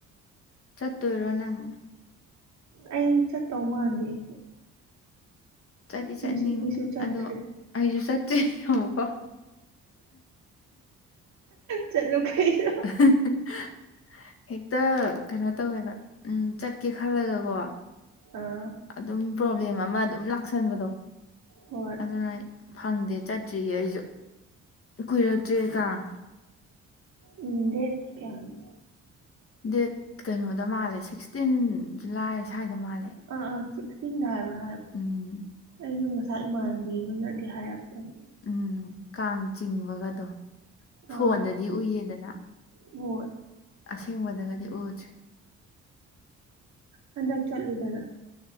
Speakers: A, on the left; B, on the right.
A: ꯆꯠꯇꯣꯏꯔꯣ ꯅꯪ
B: ꯑꯩ ꯆꯠꯇꯧ ꯃꯥꯟꯗꯦ ꯑꯩꯁꯨ
A: ꯆꯠꯗꯤ
B: ꯄꯨꯟꯁꯤꯒꯤꯁꯨ
A: ꯆꯠꯅꯤꯡ
B: ꯆꯠꯇ꯭ꯔꯤ
A: ꯑꯗꯣ ꯑꯩꯁꯨ ꯆꯠꯇ꯭ꯔꯤ ꯑꯃꯨꯛ
B: ꯆꯠꯂꯨ ꯀꯩꯅꯣ
A: <unintelligible> ꯍꯦꯛꯇ ꯀꯩꯅꯣ ꯇꯧꯋꯦꯕ ꯎꯝ ꯆꯠꯀꯦ ꯈꯜꯂꯒꯀꯣ
B: ꯑꯥ
A: ꯑꯗꯨꯝ ꯄ꯭ꯔꯣꯕ꯭ꯂꯦꯝ ꯑꯃ ꯑꯗꯨꯝ ꯂꯥꯛꯁꯟꯕꯗꯣ
B: ꯍꯣꯏ
A: ꯑꯗꯨꯅ ꯐꯪꯗꯦ ꯆꯠꯇ꯭ꯔꯤꯌꯦ ꯑꯩꯁꯨ ꯀꯨꯏꯔꯛꯇ꯭ꯔꯦ ꯀꯥꯡ
B: ꯎꯝ ꯗꯦꯠ ꯀꯌꯥꯅ
A: ꯗꯦꯠ ꯀꯩꯅꯣꯗ ꯃꯥꯜꯂꯦ ꯁꯤꯛꯁꯇꯤꯟ ꯖꯨꯂꯥꯏ ꯁ꯭ꯋꯥꯏꯗ ꯃꯥꯜꯂꯦ
B: ꯑ ꯑ ꯁꯤꯛꯁꯇꯤꯟꯗꯥ ꯍꯥꯏꯕꯔ
A: ꯎꯝ
B: ꯑꯩꯁꯨ ꯉꯁꯥꯏ ꯏꯃꯥꯟꯅꯕꯤ ꯑꯃꯅꯗꯤ ꯍꯥꯏꯔꯛꯄꯅꯤ
A: ꯎꯝ ꯀꯥꯡ ꯆꯤꯡꯕꯒꯗꯣ ꯐꯣꯟꯗꯗꯤ
B: ꯑꯥ
A: ꯎꯏꯌꯦꯗꯅ
B: ꯍꯣꯏ
A: ꯑꯁꯦꯡꯕꯗꯒꯗꯤ ꯎꯗꯦ
B: ꯍꯟꯗꯛ ꯆꯠꯂꯨꯗꯅ